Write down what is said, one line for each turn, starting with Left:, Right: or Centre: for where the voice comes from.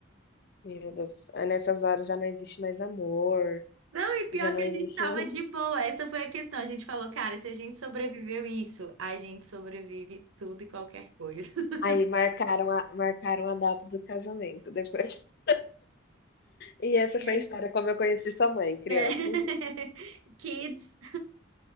Left: meu Deus. Aí nessas horas já não existe mais amor,
Right: Não, e pior
Left: já não
Right: que a
Left: existe
Right: gente tava
Left: mais
Right: de
Left: <laughs>
Right: boa. Essa foi a questão. A gente falou, cara, se a gente sobreviveu isso, a gente sobrevive tudo e qualquer coisa. <laughs>
Left: aí marcaram a marcaram a data do casamento depois. <laughs> E essa
Right: Né?
Left: foi a história como eu conheci sua mãe, crianças.
Right: <laughs> Kids.